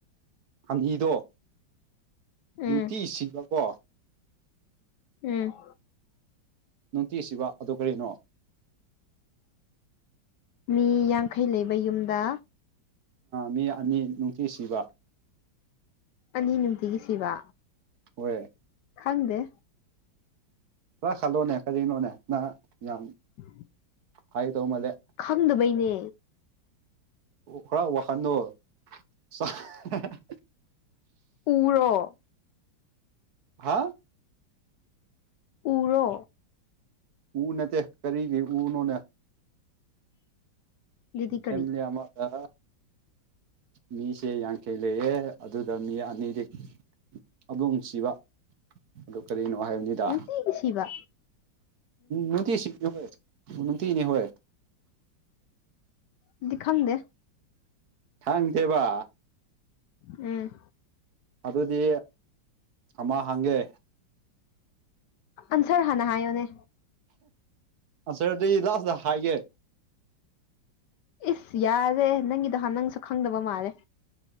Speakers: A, on the right; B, on the left.
A: ꯈꯝꯍꯤꯗꯣ ꯅꯨꯡꯇꯤ
B: ꯎꯝ
A: ꯁꯤꯕꯀꯣ
B: ꯎꯝ
A: ꯅꯨꯡꯇꯤꯁꯤꯕ ꯑꯗꯨ ꯀꯔꯤꯅꯣ
B: ꯃꯤ ꯌꯥꯡꯈꯩ ꯂꯩꯕ ꯌꯨꯝꯗ
A: ꯃꯤ ꯑꯅꯤ ꯅꯨꯡꯇꯤ ꯁꯤꯕ
B: ꯑꯅꯤ ꯅꯨꯡꯇꯤꯒꯤ ꯁꯤꯕ
A: ꯍꯣꯋꯦ
B: ꯈꯪꯗꯦ
A: ꯈ ꯈꯜꯂꯣꯅꯦ ꯀꯔꯤꯅꯣꯅꯦ ꯅꯍ ꯌꯥꯝ
B: <inaudible>
A: ꯍꯥꯏꯒꯗꯧ ꯃꯜꯂꯦ
B: ꯈꯪꯗꯕꯩꯅꯦ
A: ꯈꯔ ꯋꯥꯈꯜꯗꯣ <unintelligible>
B: ꯎꯔꯣ
A: ꯍꯥ
B: ꯎꯔꯣ
A: ꯎ ꯅꯠꯇꯦ ꯀꯔꯤꯒꯤ ꯎꯅꯣꯅ
B: ꯑꯗꯨꯗꯤ
A: ꯐꯦꯃꯤꯂꯤ
B: ꯀꯔꯤ
A: ꯑꯃꯗ ꯃꯤꯁꯦ ꯌꯥꯡꯈꯩ ꯂꯩꯌꯦ ꯑꯗꯨꯗ ꯃꯤ ꯑꯅꯤꯗꯤ ꯑꯗꯨꯝ ꯅꯨꯡꯁꯤꯕ ꯑꯗꯨ ꯀꯔꯤꯅꯣ ꯍꯥꯏꯕꯅꯤ ꯗ
B: ꯅꯨꯡꯇꯤꯒꯤ ꯁꯤꯕ
A: ꯅꯨꯇꯤ ꯁꯤꯕ ꯅꯨꯡꯇꯤꯒꯤꯅꯤ ꯍꯣꯏ
B: ꯑꯗꯨꯗꯤ ꯈꯪꯗꯦ
A: ꯈꯪꯗꯦꯕ
B: ꯎꯝ
A: ꯑꯗꯨꯗꯤ ꯑꯃ ꯍꯪꯒꯦ
B: ꯑꯟꯁꯔ ꯍꯥꯟꯅ ꯍꯥꯏꯌꯣꯅꯦ
A: ꯑꯟꯁꯔꯗꯤ ꯂꯥꯁꯇ ꯍꯥꯏꯒꯦ
B: ꯏꯁ ꯌꯥꯔꯦ ꯅꯪꯒꯤꯗꯣꯍꯥꯟ ꯅꯪꯁꯨ ꯈꯪꯗꯕ ꯃꯥꯜꯂꯦ